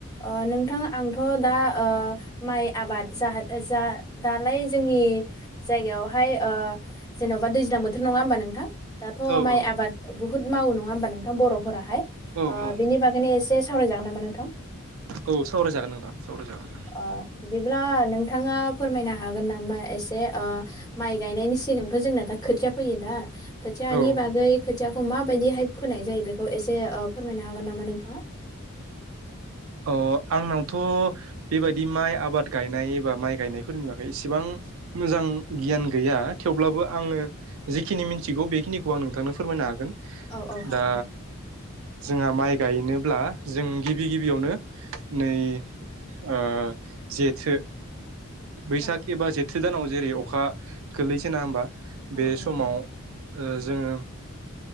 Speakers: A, on the left; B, on the right.
A: ओ नोंथां आंथ' दा ओ माइ आबाद जा जा दालाय जोंनि जायगायावहाय ओ जेन'बा दैज्लां बोथोर नङा होमबा नोंथां दाथ'
B: औ
A: माइ
B: औ
A: आबाद ब हुद मावो नङा होमबा नोंथां बर'फोराहाय
B: औ
A: ओ
B: औ
A: बिदिनि बागैनो एसे सावरायजागोन नामा नोंथां?
B: औ सावराय जागोन नोंथां सावराय जागोन।
A: ओ बिदिब्ला नोंथाङा फोरमायनो हागोन नामा एसे ओ माइ गायनायनि सिगांथ' जोंना दा खोथिया फैयोना खोथिआनि
B: औ
A: बागै खोथिया खौ माबायदिहाय फोनाय जायो बेखौ एसे ओ फोरमायनो हागोन नामा नोंथाङा?
B: अ आंनावथ' बेबायदि माइ आबाद गायनाय एबा माइ गायनायफोरनि बागै इसेबां मोजां गियान गैया थेवब्लाबो आङो जिखिनि मिन्थिगौ बेखिनिखौ आं नोंथांनो फोरमायनो हागोन।
A: औ औ हागोन।
B: दा जोंहा माइ गायनोब्ला जों गिबि गिबियावनो नै ओ जेथो बैसाग
A: औ औ
B: एबा जेथो दानाव जेरै अखा गोलैजेना होमबा
A: औ
B: बे
A: औ
B: समाव
A: नंगौ
B: ओ जोङो